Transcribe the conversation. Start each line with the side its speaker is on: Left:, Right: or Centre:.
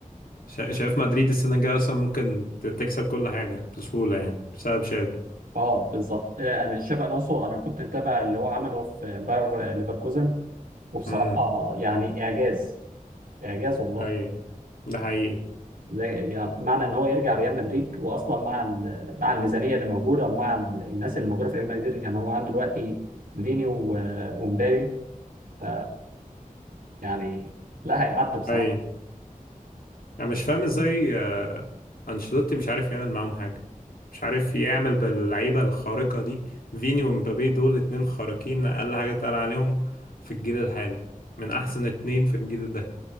Left: شا- شايف مدريد السنة الجاية أصلا ممكن ت- تكسب كل حاجة بسهولة يعني بسبب شابي
Right: اه بالظبط آه، انا شابي الونسو انا كنت متابع اللي هو عمله في باير ليفركوزن وبصراحه
Left: امم
Right: يعني اعجاز اعجاز والله
Left: أي ده حقيقي
Right: لا- يعني معنى ان هو يرجع ريال مدريد واصلا مع ال- مع الميزانيه اللي موجوده او مع ال- الناس اللي موجوده في ريال مدريد يعني هو عنده دلوقتي فيني و- ومبابي ف يعني لا هيعدي بصراحه
Left: أي انا مش فاهم ازاي آه، انشيلوتي مش عارف يعمل معاهم حاجه مش عارف يعمل باللعيبه الخارقه دي فيني ومبابي دول اتنين خارقين اقل حاجه تقال عليهم في الجيل الحالي من احسن اتنين في الجيل ده